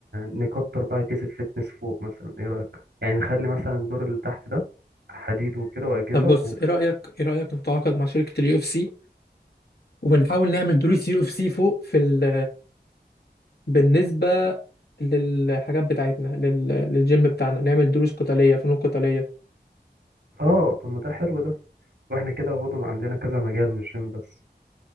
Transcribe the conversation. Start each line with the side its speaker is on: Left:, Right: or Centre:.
Right: نكتر بقى أجهزة فتنس فوق مثلا إيه رأيك؟ يعني نخلي مثلا الدور اللي تحت ده حديد وكده وأجهزة
Left: طب بص
Right: وفوق
Left: ايه رايك ايه رايك نتعاقد مع شركه اليو اف سي وبنحاول نعمل دروس يو اف سي فوق في ال بالنسبة للحاجات بتاعتنا لل... للجيم بتاعنا نعمل دروس قتالية فنون قتالية
Right: آه طب ما ده حلو ده وإحنا كده برضه عندنا كذا مجال مش جيم بس